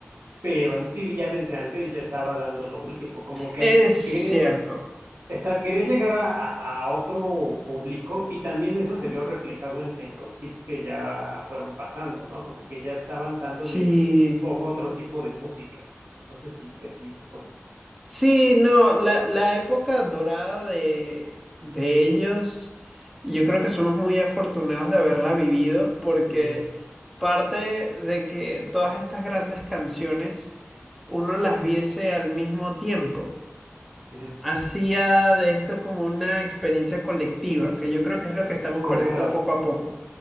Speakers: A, on the right; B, in the centre.
A: pero MTV ya desde antes ya estaba dando lo último. Como que
B: es cierto.
A: quería- Está, quería llegar a, a- a otro público y también eso se vio reflejado en, en los hits que ya fueron pasando, ¿no? Como que ya estaban dándole
B: Sí.
A: foco a otro tipo de música. No sé si te diste cuenta.
B: Sí, no, la, la época dorada de, de ellos, yo creo que somos muy afortunados de haberla vivido porque
A: Ujú,
B: parte de que todas estas grandes canciones uno las viese al mismo tiempo,
A: ujú.
B: hacía de esto como una experiencia colectiva, que yo creo que es lo que estamos
A: Concuerdo.
B: perdiendo poco a poco.